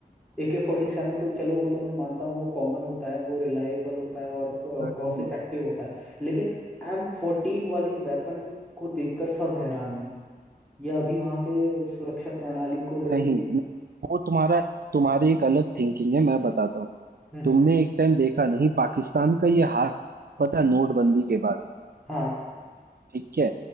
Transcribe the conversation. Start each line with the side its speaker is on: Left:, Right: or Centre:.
Centre: एके फोर्टी सेवन तो चलो वो तो मैं मानता हूँ वो कॉमन होता है वो रिलायबल होता है और
Right: हम्म
Centre: कॉस्ट
Right: हम्म, हम्म।
Centre: इफेक्टिव होता है लेकिन एम फोर्टीन वाली वेपन को देखकर सब हैरान है यह अभी वहाँ पे सुरक्षा प्रणाली को लेके
Right: नहीं नहीं,
Centre: भी
Right: वो तुम्हारा तुम्हारी एक अलग थिंकिंग है मैं बताता हूँ
Centre: हम्म
Right: तुमने
Centre: हम्म,
Right: एक टाइम देखा नहीं पाकिस्तान का ये हाल पता है नोटबंदी के बाद
Centre: हाँ
Right: ठीक है